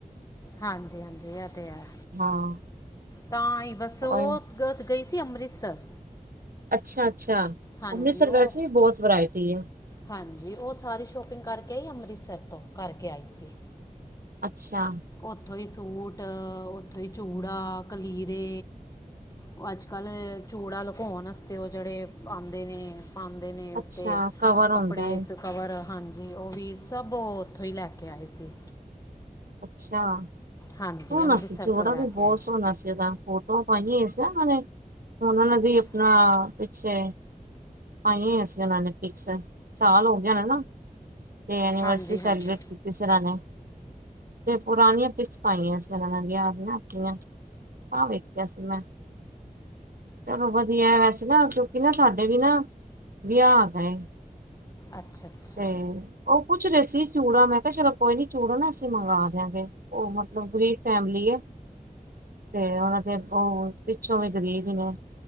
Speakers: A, on the left; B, on the right.
A: ਹਾਂਜੀ, ਹਾਂਜੀ ਐ ਤੇ ਹੈ।
B: ਹਾਂ
A: ਤਾਂ ਹੀ ਬਸ ਓ
B: ਓਹੀ
A: ਗਤ ਗਈ ਸੀ ਅੰਮ੍ਰਿਤਸਰ।
B: ਅੱਛਾ ਅੱਛਾ।
A: ਹਾਂਜੀ
B: ਅੰਮ੍ਰਿਤਸਰ
A: ਓ,
B: ਵੈਸੇ ਵੀ ਬਹੁਤ ਵਰਾਇਟੀ ਹੈ
A: ਹਾਂਜੀ ਓ ਸਾਰੀ ਸ਼ੋਪਿੰਗ ਕਰ ਗਈ ਅੰਮ੍ਰਿਤਸਰ ਤੋਂ ਕਰਕੇ ਆਈ ਸੀ।
B: ਅੱਛਾ।
A: ਓਥੋਂ ਈ ਸੂਟ, ਓਥੋਂ ਈ ਚੂੜਾ, ਕਲੀਰੇ ਓ ਅੱਜ ਕੱਲ੍ਹ ਚੂੜਾ ਲੁਕੋਨ ਆਸਤੇ ਓ ਜੇੜੇ ਆਂਦੇ ਨੇ ਪਾਂਦੇ ਨੇ ਉੱਤੇ
B: ਅੱਛਾ ਕਵਰ ਹੁੰਦਾ
A: ਕੱਪੜੇ
B: ਏ
A: ਕਵਰ ਹਾਂਜੀ ਓ ਵੀ ਸਭ ਓ ਓਥੋਂ ਈ ਲੈ ਕੇ ਆਏ ਸੀ।
B: ਅੱਛਾ
A: ਹਾਂਜੀ
B: ਸੋਣਾ
A: ਅੰਮ੍ਰਿਤਸਰ
B: ਸੀ ਚੂੜਾ
A: ਤੋਂ ਲੈ
B: ਵੀ
A: ਕੇ
B: ਬੌਤ
A: ਆਏ
B: ਸੋਣਾ ਸੀ। ਜਿਦਾਂ ਫੋਟੋਆਂ ਪਾਈਆਂ ਹੋਈਆਂ ਸੀ ਨਾ ਉਨਾਂ ਨੇ ਉਨਾਂ
A: ਅੱਛਾ
B: ਨੇ ਆਪਨਾ ਪਿੱਛੇ ਪਾਂਈਆਂ ਹੋਈਆਂ ਸੀ ਉਨਾਂ ਨੇ ਪਿਕਸ ਸਾਲ ਹੋ ਗਿਆ ਹੋਨਾ ਨਾ। ਤੇ ਐਨੀਵਰਸਰੀ
A: ਹਾਂਜੀ
B: ਸੈਲੀਬ੍ਰੇਟ
A: ਹਾਂਜੀ
B: ਕੀਤੀ ਸੀ ਓਨਾ ਨੇ। ਤੇ ਪੁਰਾਣੀਆਂ ਪਿਕਸ ਪਾਈਆਂ ਸੀ ਓਨਾ ਨੇ ਵਿਆਹ ਦੀਆਂ ਆਪਣੀਆਂ ਤਾਂ ਵੇਖਿਆ ਸੀ ਮੈ ਚਲੋ ਵਧੀਆ ਏ ਵੈਸੇ ਨਾ ਕਿਉਂਕਿ ਨਾ ਸਾਡੇ ਵੀ ਨਾ ਵਿਆਅ ਆ ਧਾ ਏ।
A: ਅੱਛਾ ਅੱਛਾ।
B: ਤੇ ਉਹ ਪੁੱਛ ਰੇ ਸੀ ਚੂੜਾ ਮੈਂ ਕਿਆ ਚਲੋ ਕੋਈ ਨੀ ਚੂੜਾ ਨਾ ਅਸੀ ਮੰਗਾ ਦਿਆਂਗੇ ਓ ਮਤਲਬ ਗਰੀਬ ਫੈਮਲੀ ਐ ਤੇ ਉਨਾਂ ਦੇ ਅੱਗੋਂ ਪਿੱਛੋਂ ਵੀ ਗ਼ਰੀਬ ਈ ਨੇ।